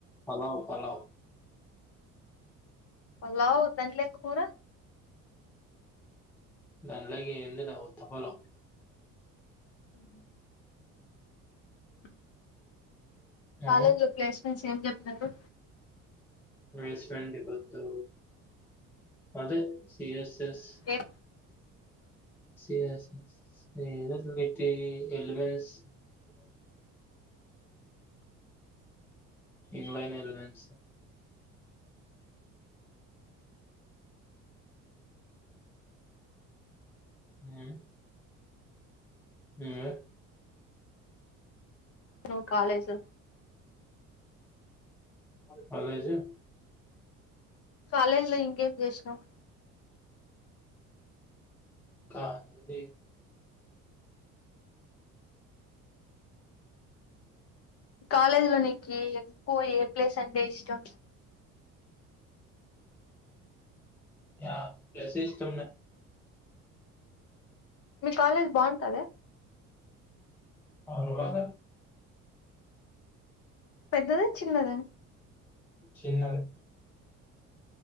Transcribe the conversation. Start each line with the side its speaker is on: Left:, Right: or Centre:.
Centre: పలావ్ పలావు
Left: లావ్ దాంట్లేక్ కూర
Centre: దాన్లా కేంది లేవ్ ఉత్త పలావ్
Left: ఊహూ ట్ కాలేజ్
Centre: ఆ
Left: లో ప్లేస్ నుంచేం చెప్నారు
Centre: బేస్మెంట్ ఇదొద్దు అదే సిఎస్ దెస్
Left: A
Centre: C yes <unintelligible> in line elements మ్మ్ మ్మ్
Left: నువ్వు కాలేజ్
Centre: కాలేజు
Left: కాలేజ్ లో ఇంకేం చేసినవ్
Centre: క ది
Left: కాలేజ్ లో నీకి ఎక్కువ ఏ ప్లేస్ అంటే ఇష్టం
Centre: నా ప్లేసే ఇష్టం
Left: మీ కాలేజ్ బాగు టదా
Centre: వాళ్ళు రాద
Left: పెద్దది చిన్నద
Centre: చిన్నది